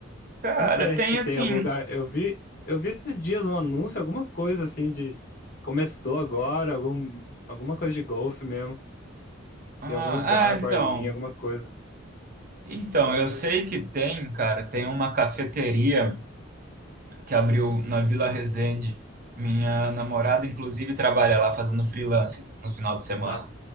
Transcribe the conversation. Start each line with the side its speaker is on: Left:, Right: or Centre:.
Right: cara,
Left: Não sei
Right: tem
Left: se tem
Right: assim.
Left: algum lugar. Eu vi, eu vi esses dias um anúncio, alguma coisa assim de começou agora, algum, alguma coisa de golfe mesmo,
Right: Ah,
Left: em algum lugar,
Right: ah,
Left: barzinho,
Right: então.
Left: alguma coisa.
Right: Então, eu sei que tem, cara, tem uma cafeteria que abriu na Vila Resende. Minha namorada, inclusive, trabalha lá fazendo freelance no final de semana.
Left: Ah,